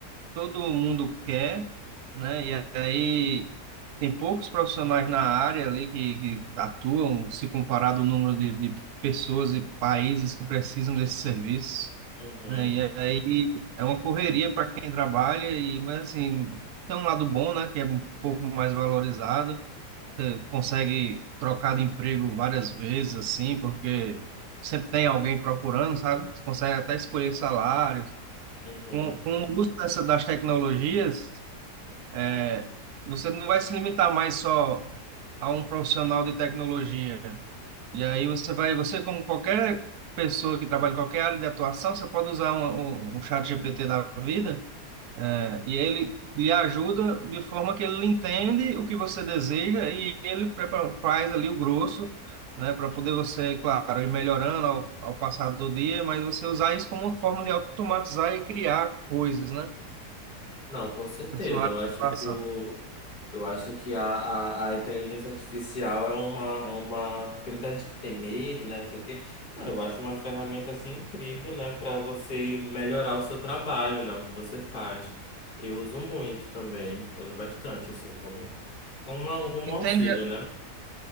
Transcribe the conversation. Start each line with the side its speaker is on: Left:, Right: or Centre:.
Right: todo mundo quer, né? E aí tem poucos profissionais na área ali que, que atuam, se comparado ao número de, de pessoas e países que precisam desse serviço,
Left: Uhum,
Right: né? E aí é uma correria para quem trabalha, e, mas assim, tem um lado bom, né? Que é um pouco mais valorizado, você consegue trocar de emprego várias vezes, assim, porque sempre tem alguém procurando, sabe? Você consegue até escolher salário,
Left: uhum.
Right: com, com o uso dessa, das tecnologias, é, você não vai se limitar mais só a um profissional de tecnologia. E aí você vai, você como qualquer pessoa que trabalha em qualquer área de atuação, você pode usar um, um, um chat GPT da vida, é, e ele lhe ajuda de forma que ele entende o que você deseja e ele prepara, faz ali o grosso, né, para poder você, claro, ir melhorando ao, ao passar do dia, mas você usar isso como uma forma de automatizar e criar coisas, né?
Left: Não, com certeza.
Right: na sua
Left: Eu
Right: área
Left: acho
Right: de atuação.
Left: que o, eu acho que a, a, a inteligência artificial é uma, é uma. Tem muita gente que tem medo, né? Não sei o quê. Não, eu acho uma ferramenta assim incrível, né? Para você melhorar o seu trabalho, né? O que você faz. Eu uso muito também. Uso bastante, assim, como, como algum
Right: Entende
Left: auxílio, né?